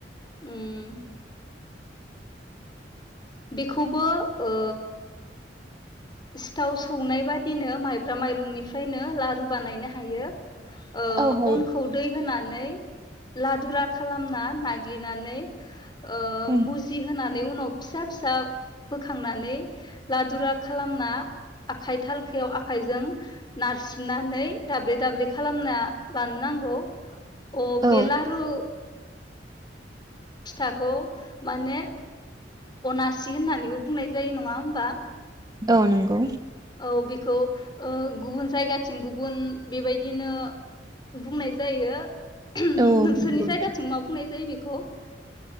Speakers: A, on the left; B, on the right.
A: उम। बेखौबो ओ सिथाव सौनाय बादिनो माइब्रा माइरंनिफ्रायनो लारु बानायनो हायो ओ
B: औ हायो
A: अनखौ दै होना लादुरा खालामना नाग्लिनानै ओ
B: उम
A: मुजि होना नै उनाव फिसा फिसा बोखांनानै लादुरा खालामना आखाइ थालखायाव आखाइजों नारसिननानै दाब्ले दाब्ले खालामना लानो नांगौ अ
B: औ
A: बेेलारु फिथाखौ माने अनासि होननानैबो बुंनाय जायो नङा होमबा?
B: औ नंगौ।
A: औ बेखौ ओ गुबुन जायगाथिं गुबुन बेबायदिनो बुंनाय जायो
B: औ
A: नोंसोरनि
B: नंगौ नोंथां
A: जायगाथिं मा बुंनाय जायो बे खौ।